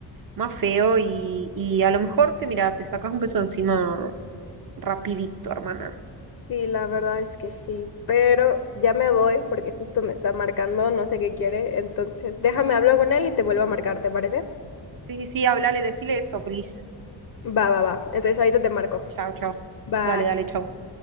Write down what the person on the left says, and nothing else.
Sí, la verdad es que sí, pero ya me voy porque justo me está marcando, no sé qué quiere, entonces déjame hablar con él y te vuelvo a marcar, ¿te parece?
Va, va, va. Entonces ahorita te marco.
Bye.